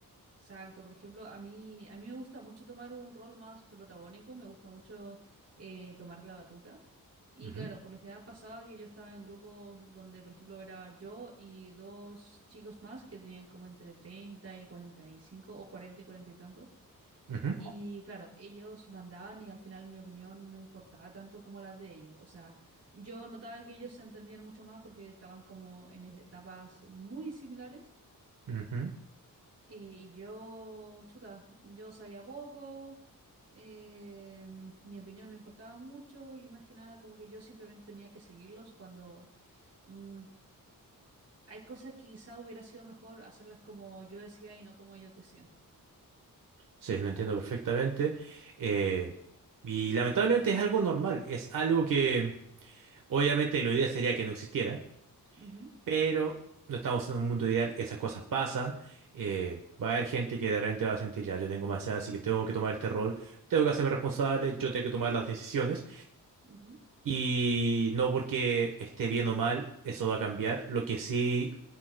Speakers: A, on the right; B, on the right.
A: Exacto, por ejemplo, a mí, a mí me gusta mucho tomar un rol más protagónico, me gusta mucho eh, tomar la batuta. Y
B: Ujú,
A: claro, por lo general pasaba que yo estaba en grupos donde, por ejemplo, era yo y dos chicos más que tenían como entre 30 y 45 o 40 y 40 y tantos.
B: ujú,
A: Y claro, ellos mandaban y al final mi opinión no importaba tanto como la de ellos. O sea, yo notaba que ellos se entendían mucho más porque estaban como en etapas muy similares.
B: ujú.
A: Eh, Y yo, chuta, yo sabía poco, eh, mi opinión no importaba mucho y más que nada como que yo simplemente tenía que seguirlos cuando mm, hay cosas que quizá hubiera sido mejor hacerlas como yo decía y no como ellos decían.
B: Sí, lo entiendo perfectamente. Eh, y lamentablemente es algo normal, es algo que obviamente lo ideal sería que no existiera,
A: Ujú,
B: pero no estamos en un mundo ideal, esas cosas pasan. eh, va a haber gente que de repente va a sentir, ya, yo tengo más edad, así que tengo que tomar este rol, tengo que hacerme responsable, yo tengo que tomar las decisiones.
A: ujú,
B: Y no porque esté bien o mal, eso va a cambiar. Lo que sí,